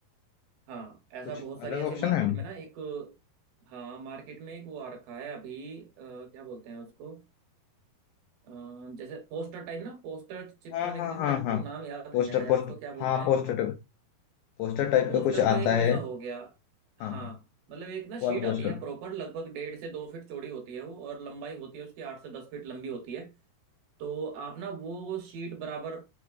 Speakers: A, on the right; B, on the left.
A: हाँ ऐसा
B: कुछ
A: बहुत सारी
B: अलग
A: ऐसे
B: ऑप्शन
A: मार्केट
B: है
A: में ना एक हाँ मार्केट में एक वो आ रखा है अभी अ, क्या बोलते हैं उसको अ, जैसे पोस्टर टाइप ना पोस्टर चिपकाने
B: हाँ हाँ
A: के लिए
B: हाँ
A: मेरे
B: हाँ
A: को नाम याद
B: पोस्टर
A: नहीं आ रहा
B: पोस्ट
A: यार उसको क्या
B: हाँ
A: बोलते हैं
B: पोस्टर पोस्टर टाइप
A: पोस्टर
B: का कुछ आता
A: तो एक वैसा
B: है
A: हो गया हाँ
B: हाँ
A: मतलब एक ना शीट
B: वॉल पोस्टर
A: आती है प्रॉपर लगभग डेढ़ से दो फीट चौड़ी होती है वो और लंबाई होती है उसकी आठ से दस फीट लंबी होती है तो आप ना वो शीट बराबर